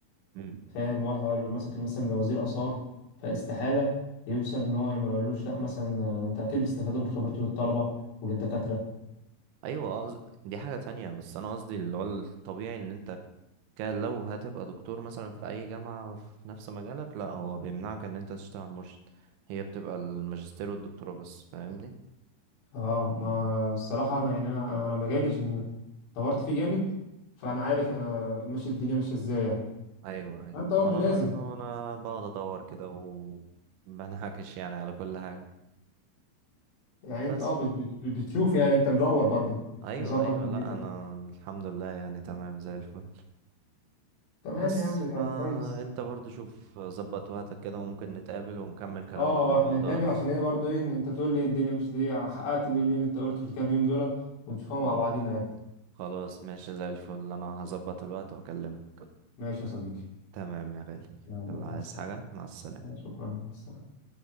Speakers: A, on the right; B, on the left.
A: مم.
B: فاهم واحد لو مسك مثلا وزير آثار فاستحالة يوصل ان هو ما يقولوش لا مثلا ده انت اكيد بيستفادوا من خبرته للطلبة وللدكاترة
A: ايوه قصد- دي حاجة تانية بس انا قصدي اللي هو الطبيعي ان انت ك- لو هتبقى دكتور مثلا في اي جامعة في نفس مجالك لا هو بيمنعك ان انت تشتغل مرشد هي بتبقى الماجستير والدكتوراه بس فاهمني
B: اه ما الصراحة انا يعني انا انا أنا مجالي عشان دورت فيه جامد فانا عارف انا ماشي الدنيا ماشية ازاي يعني
A: ايوه ايوه
B: فانت برضه
A: وانا
B: لازم
A: برضو انا بقعد ادور كده وبنهكش يعني على كل حاجة
B: يعني انت
A: بس
B: اه بت- بت- بتشوف يعني انت مدور برضو
A: ايوه
B: مظبط
A: ايوه
B: دنيتك
A: لا انا الحمد لله يعني تمام زي الفل
B: تمام
A: بس
B: يا عم
A: فانت
B: ده كويس
A: برضو شوف ظبط وقتك كده وممكن نتقابل ونكمل كلامنا
B: اه
A: في الموضوع
B: اه احنا هنتقابل
A: ده
B: عشان ايه برضو ايه ان انت تقول لي الدنيا مش دي حققت مين مين انت قلت في الكام يوم دول ونشوفها مع
A: مم.
B: بعضينا يعني
A: خلاص ماشي زي الفل انا هظبط الوقت واكلمك
B: ماشي يا صديقي
A: تمام يا غالي
B: يلا
A: يلا
B: مع
A: عايز
B: السلامة
A: حاجة مع السلامة
B: شكرا مع السلامة